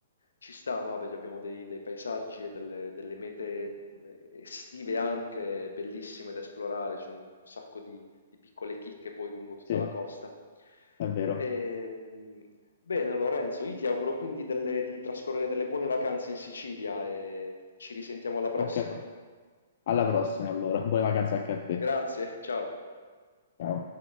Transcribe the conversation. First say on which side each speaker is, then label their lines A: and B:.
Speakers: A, on the left; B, on the left.
A: Ci sta, no? Vabbè, abbiamo dei, dei paesaggi e delle, delle mete eh, estive anche bellissime da esplorare, c'è un sacco di, di piccole chicche poi lungo tutta
B: Sì,
A: la costa.
B: è vero.
A: Ehm, bene, Lorenzo, io ti auguro quindi delle- di trascorrere delle buone vacanze in Sicilia e ci risentiamo alla prossima.
B: Anche a te. Alla prossima allora, buone vacanze anche a te.
A: Grazie, ciao.
B: Ciao.